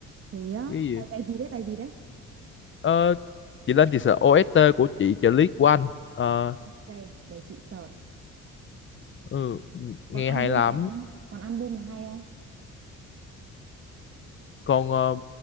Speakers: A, on the right; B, on the left.
A: thế á
B: cái gì
A: bài bài gì đấy bài gì đấy
B: ờ, chị lên chị sợ OST của chị trợ lý của anh Ờ,
A: ok để chị search
B: ừ,
A: còn
B: nghe
A: album
B: hay lắm
A: là không còn album là hay không
B: còn ờ,